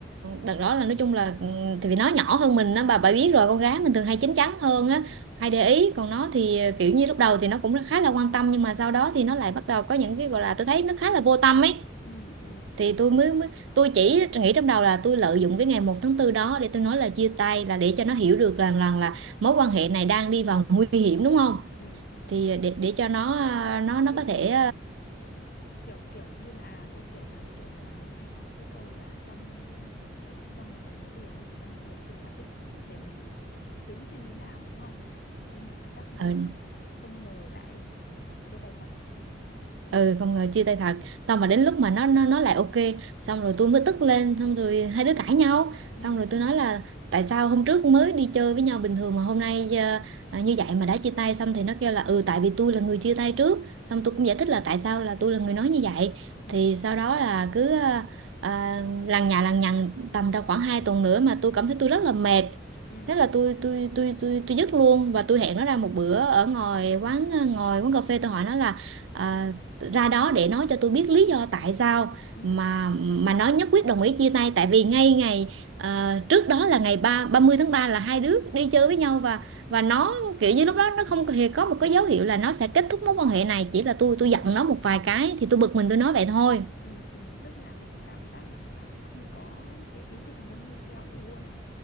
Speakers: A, on the right; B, on the left.
A: đợt đó là nói chung là ừ, thì vì nó nhỏ hơn mình á bà bà biết rồi con gái mình thường hay chín chắn hơn á hay
B: Ừ
A: để ý còn nó thì ờ, kiểu như lúc đầu thì nó cũng khá là quan tâm nhưng mà sau đó thì nó lại bắt đầu có những cái gọi là tôi thấy nó khá là vô tâm ấy
B: ừ ừ
A: thì
B: ừ
A: tôi mới, mới tôi chỉ nghĩ trong đầu là tôi lợi dụng cái ngày một tháng tư đó để tôi nói là chia tay là để cho nó hiểu được rằng rằng là là mối quan hệ này đang đi vào nguy hiểm đúng không
B: ừ đúng
A: thì
B: rồi.
A: ờ, để để cho nó ờ, nó nó
B: Kiểu
A: có thể
B: kiểu kiểu như là tôi hiểu là kiểu là mình hay nói cái câu là trong trong một lời nói đùa luôn có một nửa sự thật ý để mình ờ, kiểm chứng xem như nào đúng không nhưng mà chắc là
A: uh,
B: không ngờ lại <laughs> chia tay thật hay
A: ừ
B: sao
A: không ngờ chia tay thật xong
B: ừ
A: mà đến lúc mà nó nó nó lại ok xong rồi tôi mới tức lên xong rồi hai đứa cãi nhau
B: ừ
A: xong rồi tôi nói là tại sao hôm trước mới đi chơi với nhau bình thường mà hôm nay ờ, à, như vậy mà đã chia tay xong thì nó kêu là ừ tại vì tôi là người chia tay trước xong
B: ừ
A: tôi cũng giải thích là tại sao là tôi là người nói như vậy
B: ừ
A: thì sau đó là cứ ờ, à, lằng nhà lằng nhằng tầm đâu khoảng 2 tuần nữa mà tôi cảm thấy tôi rất là mệt
B: ừ
A: thế là tôi tôi tôi tôi tôi dứt luôn và tôi hẹn nó ra một bữa ở ngoài quán ờ, ngồi quán cà phê tôi hỏi nó là à, ra đó để nói cho tôi biết lý do tại sao
B: ừ
A: mà mà nó nhất quyết đồng ý chia tay tại vì ngay ngày ờ, trước đó là ngày ba 30 tháng 3 là hai đứa đi chơi với nhau và và nó kiểu như lúc đó nó không hề có một cái dấu hiệu là nó sẽ kết thúc mối quan hệ này chỉ là tôi
B: đúng
A: tôi giận
B: rồi
A: nó một vài cái thì tôi bực mình tôi nói vậy thôi
B: ừ ừ tức là mình cảm giác là người ta cũng không có cái ý định muốn níu kéo gì luôn ấy